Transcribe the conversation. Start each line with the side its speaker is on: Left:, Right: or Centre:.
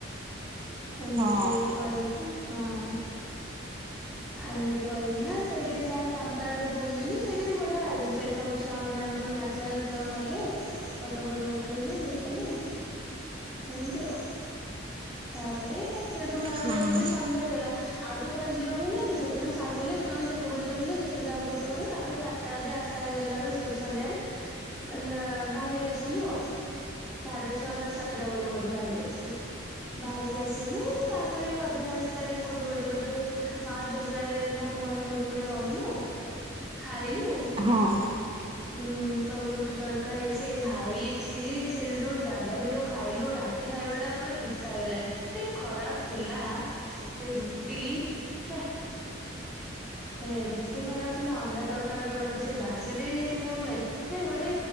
Centre: ଏମିତି
Right: ହଁ
Centre: କରିକି ହଁ ହ ଆ ଏମିତି କରିକିନା ସେଇଠି ଯାହା ତାମ୍ପରାରେ ବୁଲିଲୁ ସେଇଠି ବି ବଢିଆ ହେଇଛି ସେଇ ସବୁ ଛୁଆ ମାନେ ଆମର ସବୁ ନାଚ ଗଲେ ପଟ ଫଟ ଉଠେଇ ଦ ଏ କଲୁ ଏମିତି ଅ ତାପରେ ସେଇଠୁ ବାହାରୁ
Right: ହଁ ହଁ
Centre: ବାହାରୁ ବି ସନ୍ଧ୍ୟା ହେଇଗଲା ଆଉ ତ କୁଆେିବାକୁ ହେଲାନି ସେଥିପାଇ ସାର୍ କହଲେ ଏଠି ତମେତେ ବୁଲଛ ବୁଲେ ଯେତେ ଯା କରଛ କର ତାପରେ ସାତାଧ ଆଠଟା ହେଗଲା ବଳୁ ସେଇଠୁ ସନ୍ଧ୍ୟାରେ। ମାନେ ବାହାରିକି ଆସିଲୁ ଆଉ। ସାଢେ ଛଅଟା ସାତଟା ବେଳକୁ ବୋଧେ ବାହାରି ଆସିଲୁ। ବାହାରିକି ଆସିଲୁ ତାପରେ ଅଧା ରାସ୍ତାରେ କୋଉଠି ଟି ଗୋଟେ ବୋଧେ ମା ଦୁର୍ଗା ରେ ନା କଣ କୋଉଟି ଗୋଟେ ରହିଲୁ। ଖାଇଲୁ।
Right: ହଁ।
Centre: ଉଁ ସବୁ ରୁଟି ତରକା ଏ ସେ ଭାଇ ଛି। ସେଇ ଯୋଉ ଜାଗାରେ ଯୋଉ ଖାଇଲୁ ରାତି। ଖାଇବା ଟା ପୁରା ପିତା ହେଇଗଲା। ଏତେ ଖରାପ ଥିଲା। ତେ ରୁଟି ଛେ। ହେ ରୁଟି ଖରାପ ଥିଲା। ଅଣ୍ଡା ତଡକା ବି ବୋଧେ ସେ ବାସି ଦେଇ ଦେଇଥିଲା କି କଣ। ଏତେ ଗୁଡେ